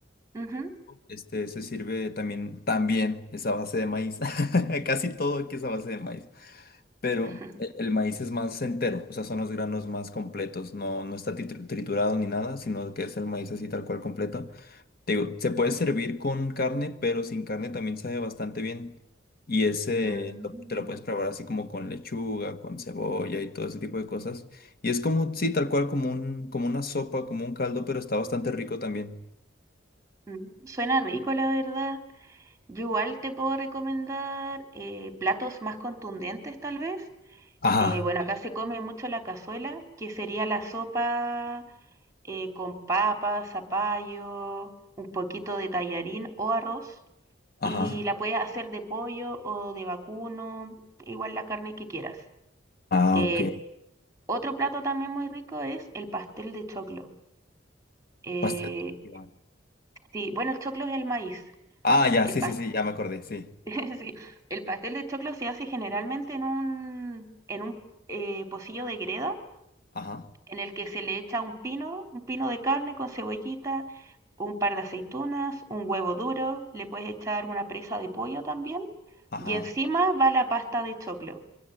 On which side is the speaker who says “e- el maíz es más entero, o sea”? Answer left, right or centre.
Left